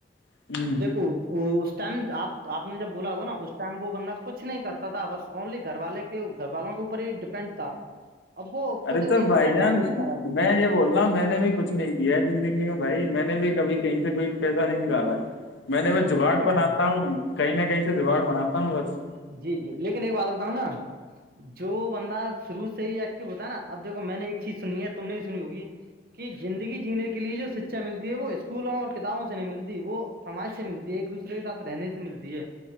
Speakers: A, on the left; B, on the right.
A: میں
B: دیکھو وہ ٹائم آپ آپ نے جب بولا ہوا نا اس ٹائم وہ بندہ کچھ نہیں کرتا تھا بس اونلی گھر والے گھر والوں کے اوپر ہی ڈیپینڈ تھا اب وہ خود
A: ارے تو
B: انڈیپینڈنٹ
A: بھائی جان
B: نہیں چکا اب وہ
A: میں یہ بول میں نے بھی کچھ نہیں کیا ہے زندگی میں بھائی میں نے بھی کبھی کہیں سے کوئی پیسہ نہیں نکالا میں نے بس
B: جی
A: جگاٹ
B: وہ تو
A: بنا
B: ہے
A: ہوں کہیں نہ کہیں سے جگاٹ بناتا ہوں بس
B: جی جی لیکن ایک بات بتاؤں نا جو بندہ شروع سے ہی ایکٹو ہوتا ہے نا اب دیکو میں نے ایک چیز سنی ہے تم نے بھی سنی ہوگی کی زندگی جینے کے لیے جو شکچھا ملتی ہے وہ اسکولوں اور کتابوں سے نہیں ملتی وہ سماج سے ملتی ہے ایک دوسرے کے ساتھ رہنے سے ملتی ہے